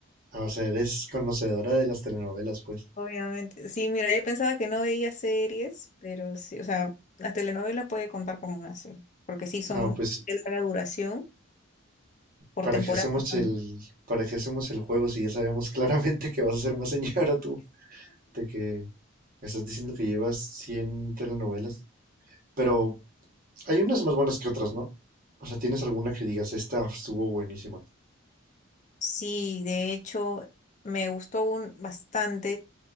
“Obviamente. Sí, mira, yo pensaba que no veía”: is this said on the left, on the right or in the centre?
Left